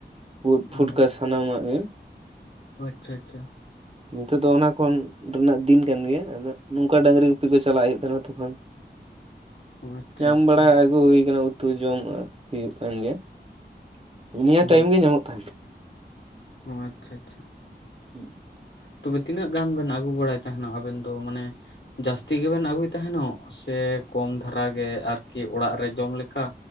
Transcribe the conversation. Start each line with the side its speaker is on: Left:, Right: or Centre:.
Right: ᱩᱫ ᱯᱷᱩᱴᱠᱟᱹ
Left: ᱚ
Right: ᱥᱟᱱᱟᱢᱟᱜ ᱜᱮ᱾
Left: ᱪᱷᱟ ᱪᱷᱟ᱾
Right: ᱱᱤᱛᱚᱜ ᱫᱚ ᱚᱱᱟ ᱠᱚᱱ ᱨᱮᱱᱟᱜ ᱫᱤᱱ ᱠᱟᱱ ᱜᱮᱭᱟ, ᱟᱫᱚ ᱱᱚᱝᱠᱟ ᱰᱟᱝᱨᱤ ᱜᱩᱯᱤ ᱠᱚ ᱪᱟᱞᱟᱜ ᱦᱩᱭᱩᱜ ᱛᱟᱦᱮᱱᱟ ᱛᱚᱠᱷᱚᱱ᱾
Left: ᱟᱪᱪᱷᱟ
Right: ᱧᱟᱢ
Left: ᱟᱪᱪᱷᱟ
Right: ᱵᱟᱲᱟᱭᱟ ᱟᱹᱜᱩ ᱦᱩᱭ ᱠᱟᱱᱟ ᱩᱫ᱾ ᱩᱛᱩ ᱡᱚᱢ ᱢᱟ ᱦᱩᱭᱩᱜ ᱛᱟᱸᱦᱮᱱ ᱜᱮᱭᱟ, ᱱᱤᱭᱟᱹ
Left: ᱚ
Right: ᱴᱟᱭᱤᱢ ᱜᱮ ᱧᱟᱢᱚᱜ ᱛᱟᱸᱦᱮᱱᱟ᱾
Left: ᱟᱪᱪᱷᱟ ᱟᱪᱪᱷᱟ᱾
Right: ᱦᱩᱸ᱾
Left: ᱛᱚᱵᱮ ᱛᱤᱱᱟᱹᱜ ᱜᱟᱱ ᱵᱮᱱ ᱟᱹᱜᱩ ᱵᱟᱲᱟᱭ ᱛᱟᱸᱦᱮᱱᱚᱜ ᱟᱵᱮᱱ ᱫᱚ ᱢᱟᱱᱮ? ᱡᱟᱹᱥᱛᱤ ᱜᱮᱵᱮᱱ ᱟᱹᱜᱩᱭ ᱛᱟᱸᱦᱮᱱᱚᱜ ᱥᱮ ᱠᱚᱢ ᱫᱷᱟᱨᱟ ᱜᱮ ᱟᱨᱠᱤ ᱚᱲᱟᱜ ᱨᱮ ᱡᱚᱢ ᱞᱮᱠᱟ?